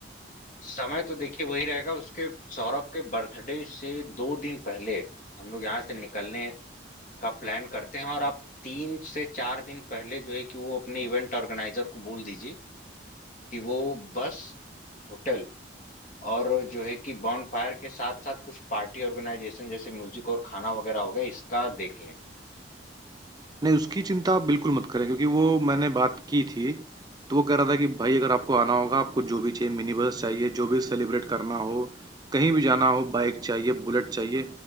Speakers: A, on the left (about 45°); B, on the right (about 20°).
A: समय तो देखिए वही रहेगा उसके सौरभ के बर्थडे से दो दिन पहले हम लोग यहाँ से निकलने का प्लान करते हैं और आप 3 से 4 दिन पहले जो है कि वो अपने इवेंट ऑर्गेनाइजर को बोल दीजिए कि वो बस होटल और जो है कि बॉन फायर के साथ साथ कुछ पार्टी ऑर्गेनाइजेशन जैसे म्यूजिक और खाना वगैरह हो गया इसका देख लें
B: नहीं, उसकी चिंता आप बिल्कुल मत करें क्योंकि वो मैंने बात की थी, तो वो कह रहा था कि भाई अगर आपको आना होगा, आपको जो भी चाहिए, मिनी बस चाहिए, जो भी सेलिब्रेट करना हो, कहीं भी जाना हो, बाइक चाहिए, बुलेट चाहिए,